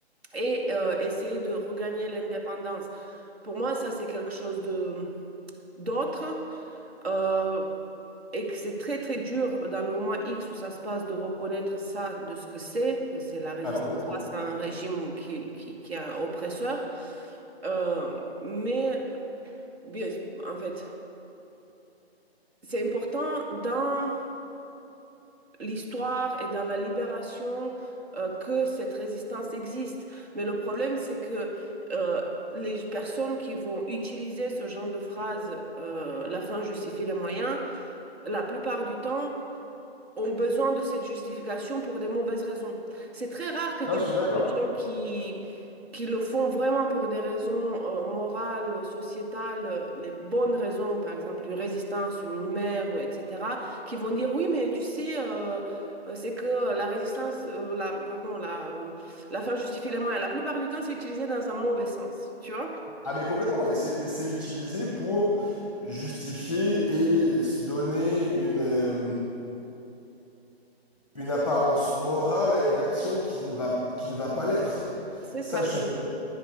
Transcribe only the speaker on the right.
et euh, essayer de regagner l'indépendance. Pour moi, ça, c'est quelque chose de d'autre. Euh, et que c'est très très dur dans le moment X où ça se passe de reconnaître ça de ce que c'est, que c'est la résistance
face à un régime qui, qui, qui est un oppresseur. Euh, mais bien, en fait, c'est important dans l'histoire et dans la libération euh, que cette résistance existe. Mais le problème, c'est que euh, les personnes qui vont utiliser ce genre de phrase, euh, la fin justifie les moyens, la plupart du temps, ont besoin de cette justification pour des mauvaises raisons. C'est très rare que tu
vois
des gens qui, qui le font vraiment pour des raisons euh, morales, sociétales, euh, les bonnes raisons, par exemple une résistance ou une mère, ou etc., qui vont dire oui, mais tu sais, euh, euh, c'est que la résistance, euh, la, pardon, la, euh, la fin justifie les moyens. La plupart du temps, c'est utilisé dans un mauvais sens, tu vois?
C'est
ça.
Donc,